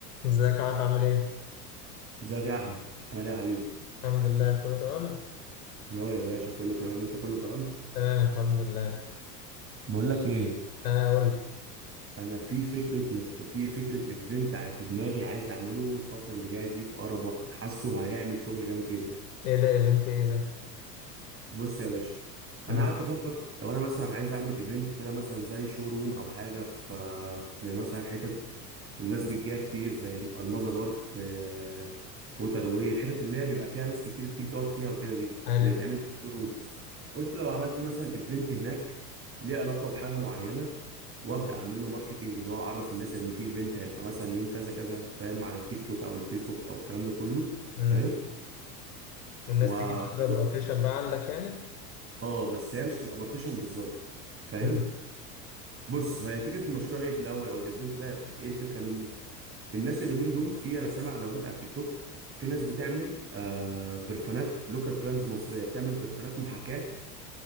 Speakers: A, on the left; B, on the right.
A: ازيك يا عارف عامل ايه؟
B: ازيك يا احمد عامل ايه يا حبيبي
A: الحمد لله كله تمام؟
B: اهو يا باشا كله تمام انت كله تمام
A: تمام الحمد لله
B: بقول لك ايه
A: اه قول لي
B: انا في فكره مش في فكره ايفنت في دماغي عايز اعمله الفتره اللي جايه دي في اقرب وقت حاسه هيعمل شغل جامد جدا
A: ايه ده ايفنت ايه ده؟
B: بص يا باشا
A: امم
B: انا قعدت افكر لو انا مثلا عايز اعمل ايفنت كده مثلا زي شو روم او حاجه في في مثلا حتت الناس بتجيها كتير زي المظة بارك آه، ووتر واي الحتت اللي هي بيبقى فيها ناس كتير بتيجي تقعد فيها وكده دي
A: حلو
B: اللي بتعمل فيها شو رومز قلت لو عملت مثلا ايفنت هناك ليه علاقه بحاجه معينه وابدا اعمل له ماركتنج اللي هو اعرف الناس ان في ايفنت هيبقى مثلا يوم كذا كذا فاهم على التيك توك او الفيسبوك او الكلام ده كله
A: امم
B: فاهم
A: والناس
B: وازق
A: تيجي تأجر بارتيشن بقى عندك يعني؟
B: اه بس هي مش تبقى بارتيشن بالظبط فاهم
A: امم
B: بص هي فكره المشروع ايه في الاول او الايفنت ده يبقى ايه الفكره منه الناس اليومين دول في انا سامع لو انت على التيك توك في ناس بتعمل آه برفانات لوكال براندز مصريه بتعمل برفانات محاكاه